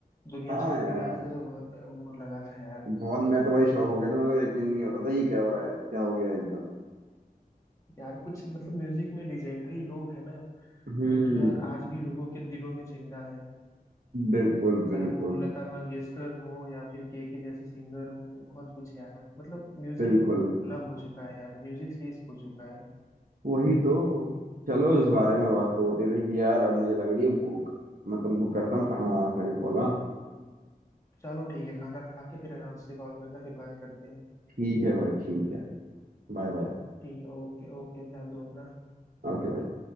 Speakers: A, on the left; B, on the right.
A: दुनिया
B: हाँ
A: छोड़
B: यार
A: के गए थे तो बहुत वो लगा था यार
B: बहुत मैं तो भाई शौक हो गया था मेरे को यकीन नहीं हो रहा था ये क्या हो रहा है क्या हो गया एकदम
A: यार कुछ मतलब म्यूजिक में लेजेंडरी लोग हैं ना
B: हम्म
A: जो कि यार आज भी लोगों के दिलों में जिंदा है
B: बिल्कुल
A: चाहे
B: बिल्कुल
A: वो लता मंगेशकर हो या फिर के के जैसे सिंगर हो बहुत कुछ यार मतलब म्यूजिक
B: बिल्कुल
A: लव हो चुका है यार म्यूजिक से इश्क हो चुका है
B: वही तो चलो इस बारे में बात तो होती रही यार अब मुझे लग रही है भूख मैं तुमको करता हूँ खाना वाना खा के कॉल हाँ?
A: चलो ठीक है खाना खा के फिर आराम से कॉल करना फिर बात करते हैं
B: ठीक है भाई ठीक है Bye bye
A: ठीक है ओके ओके ध्यान दो अपना
B: ओके भाई